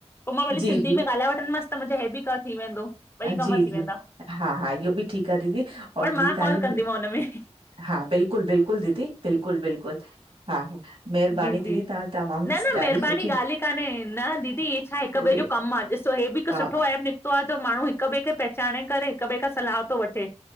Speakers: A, on the left; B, on the right.
A: पो मां भली
B: जी,
A: सिंधी
B: जी,
A: में ॻाल्हाए वठंदीमस, त मुंहिंजो हेभी क थी वेंदो ॿई
B: जी
A: कम
B: जी,
A: थी वेंदा
B: हा हा इहो बि ठीकु आ दीदी, और
A: पर
B: दीदी
A: मां
B: तांजीं
A: कॉल कंदीमांव हुन में
B: हा बिल्कुलु बिल्कुलु दीदी, बिल्कुलु बिल्कुलु हा हा, मेरबानी
A: जी
B: दीदी
A: जी
B: तां तमामु
A: न न
B: ॾाढी
A: महिरबानी
B: सु
A: ॻाल्हि ई काने, न दीदी छाए हिक
B: दीदी
A: ॿे जो कमु आ, ॾिसो हे बि हिकु
B: हा
A: सुठो एप निकतो आ त माण्हू हिक ॿिए खे पहचाने करे हिक ॿि खां सलाह तो वठे,